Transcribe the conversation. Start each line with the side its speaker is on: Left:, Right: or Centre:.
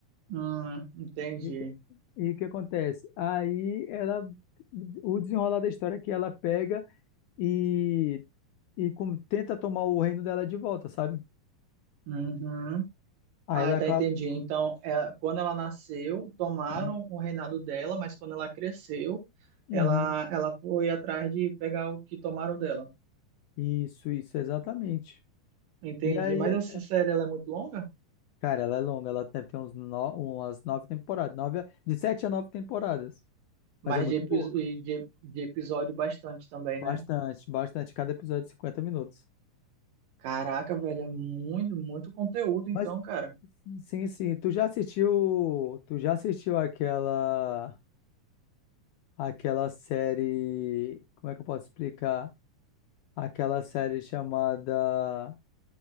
Right: Hum, entendi.
Left: E o que e o que acontece? Aí ela. O desenrolar da história é que ela pega e, e com- tenta tomar o reino dela de volta, sabe?
Right: Uhum.
Left: Aí
Right: Ah,
Left: ela
Right: tá,
Left: acaba.
Right: entendi. Então, é, quando ela nasceu, tomaram
Left: Uhum,
Right: o reinado dela, mas quando ela cresceu,
Left: uhum.
Right: ela, ela foi atrás de pegar o que tomaram dela.
Left: Isso, isso, exatamente.
Right: Entendi.
Left: E aí,
Right: Mas
Left: é-
Right: essa
Left: é-
Right: série, ela é muito longa?
Left: cara, ela é longa, ela deve ter uns no- umas nove temporadas, nove, a- de sete a nove temporadas.
Right: Mas
Left: Mas é muito
Right: de, epi-
Left: boa.
Right: de, de episódio bastante também,
Left: Bastante,
Right: né?
Left: bastante. Cada episódio de 50 minutos.
Right: Caraca, velho, é muito, muito conteúdo, então,
Left: Mas,
Right: cara.
Left: sim, sim. Tu já assistiu. Tu já assistiu aquela. Aquela série. Como é que eu posso explicar? Aquela série chamada